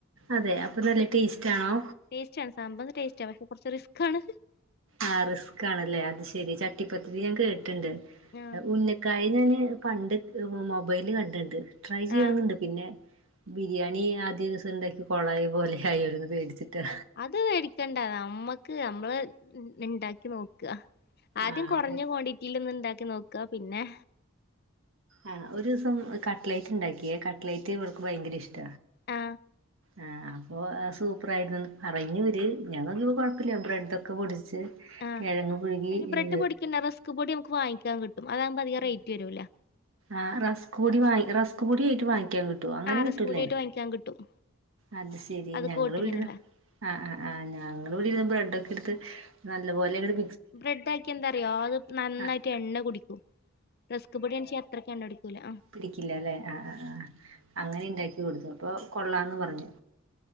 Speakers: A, on the right; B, on the left.
A: അതെ അപ്പൊ നല്ല ടേസ്റ്റാണോ
B: ടേസ്റ്റാണ് സംഭവം ടേസ്റ്റാ പക്ഷെ കുറച്ച് റിസ്ക് ആണ്
A: ആഹ റിസ്ക് ആണല്ലേ അത് ശെരി ചട്ടിപത്തിരി ഞാൻ കേട്ടിണ്ട്
B: ആഹ്
A: ഉന്നക്ക <unintelligible> കണ്ട്ക്ക്‌ മൊബൈല് കണ്ടിണ്ട് ട്രൈ ചെയ്യന്നണ്ട്
B: ആഹ്
A: പിന്നെ ബിരിയാണി ആദ്യ ദിവസം ഇണ്ടാക്കി കൊളായ പോലെ ആയോന്ന് പേടിച്ചിട്ടാ
B: അത് മേടിക്കണ്ട നമ്മക്ക് നമ്മള് ഉ ഉണ്ടാക്കി നോക്കുക ആദ്യം
A: ആഹ്
B: കുറഞ്ഞ ക്വാണ്ടിറ്റിൽ ഒന്ന് ഉണ്ടാക്കി നോ ക്ക പിന്നെ
A: ആ ഒരു ദിവസം കട്ലൈറ്റ് ഉണ്ടാക്കിയ കട്ലൈറ്റ് ഇവർക്ക് ഭയങ്കര ഇഷ്ട
B: ആ
A: ആ അപ്പോ സൂപ്പർ ആയിരുന്നുന്ന് പറഞ്ഞിവര് ഞാൻ <unintelligible> കുഴപ്പില്ല ബ്രെഡൊക്കെ പൊടി- ച്ച്
B: ആഹ്
A: കിഴങ്ങ പുഴുകി
B: അതിന് ബ്രെഡ്
A: ഏ
B: പൊടിക്കണ്ട റസ്ക് പൊടി നമുക്ക് വാങ്ങിക്കാൻ കിട്ടും അതാകുമ്പോ അധികം റേറ്റ് വരൂല
A: ആഹ് റസ്ക് പൊടി വായി റസ്ക് പൊടി ആയിട്ട് വാങ്ങിക്കാൻ കിട്ടും അങ്ങനെ
B: ആഹ്
A: കിട്ടൂല്ലേ
B: റസ്ക് പൊടിയായിട്ട് വാങ്ങിക്കാൻ കിട്ടും
A: അത് ശരി
B: അത്
A: ഞങ്ങള്
B: കോട്ടിങ്ങിനുള്ള
A: വിട് ആ ആ് ആ ഞങ്ങള്ൾ വിടിർന്ന് ബ്രെഡ ഒക്കെ എട് ത്ത് നല്ല പോലെ <unintelligible>
B: ബ്രെഡ് ആക്കി ന്താറിയോ അത് നന്നായിട്ട്
A: ആഹ്
B: എണ്ണ കുടിക്കും റസ്ക് പൊടി <unintelligible> ച്ച അത്രക്ക്‌ എണ്ണപിടിക്കൂല ആ
A: പിടിക്കില്ല അല്ലേ ആ ആ അങ്ങനെ ഉണ്ടാക്കി കൊടുത്തു അപ്പോൾ കൊള്ളാന്ന് പറഞ്ഞു